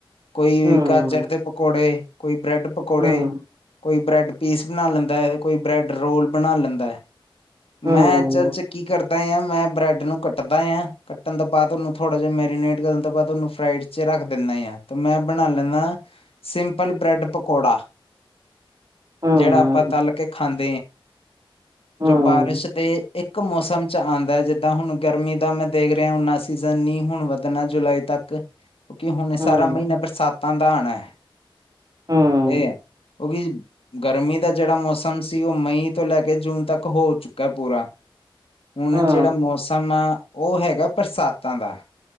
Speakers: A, on the left; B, on the right.
A: ਕੋਈ
B: ਹੂੰ
A: ਗਾਜਰ
B: ਹੂੰ
A: ਦੇ ਪਕੌੜੇ ਕੋਈ ਬ੍ਰੈਡ ਪਕੌੜੇ।
B: ਹੂੰ
A: ਕੋਈ ਬ੍ਰੈੱਡ ਪੀਸ ਬਣਾ ਲੈਂਦਾ ਐ, ਅਤੇ ਕੋਈ ਬ੍ਰੈੱਡ ਰੋਲ ਬਣਾ ਲੈਂਦਾ ਐ।
B: ਹੂੰ
A: ਮੈਂ ਅਚਲ ਚ ਕੀ ਕਰਦਾ। ਮੈਂ ਬ੍ਰੈਡ ਨੂੰ ਕੱਟਦਾ ਹਾਂ ਕੱਟਣ ਤੋਂ ਬਾਅਦ ਉਹਨੂੰ ਥੋੜਾ ਜਿਹਾ ਮੈਰੀਨੇਟ ਕਰਨ ਤੋਂ ਬਾਅਦ ਉਹਨੂੰ ਫਰਾਈਡ। ਵਿੱਚ ਰੱਖ ਦਿੰਦਾ ਹੀ, ਆ ਤੇ ਮੈਂ ਬਣਾ ਲੈਦਾ ਆ। ਸਿੰਪਲ ਬ੍ਰੈਡ ਪਕੌੜਾ,
B: ਹੂੰ
A: ਜਿਹੜਾ ਆਪਾਂ ਤਲ ਕੇ ਖਾਂਦੇ ਆ।
B: ਹੂੰ
A: ਜੋ ਬਾਰਿਸ਼ ਤੇ ਇੱਕ ਮੌਸਮ <unintelligible> ਆਉਂਦਾ ਹੈ, ਜਿੱਦਾਂ ਹੁਣ ਗਰਮੀ ਦਾ ਮੈਂ ਦੇਖ ਰਿਹਾ ਉਨਾ ਸੀਜ਼ਨ ਨੀ ਹੁਣ ਵੱਧਣਾ ਜੁਲਾਈ ਤੱਕ। ਕਿਉਂਕਿ ਹੁਣ ਸਾਰਾ
B: ਹੂੰ,
A: ਮਹੀਨਾ ਬਰਸਾਤਾਂ ਦਾ ਆਉਣਾ ਇਹ
B: ਹੂੰ,
A: ਹੇ। ਕਿਉਂਕਿ ਗਰਮੀ ਦਾ ਜਿਹੜਾ ਮੌਸਮ ਸੀ, ਉਹ ਮਈ ਤੋਂ ਲੈ ਕੇ ਜੂਨ ਤੱਕ ਹੋ ਚੁੱਕਾ ਪੂਰਾ। ਹੁਣ
B: ਹੂੰ
A: ਜਿਹੜਾ ਮੌਸਮ ਆ ਉਹ ਹੈਗਾ ਬਰਸਾਤਾਂ ਦਾ।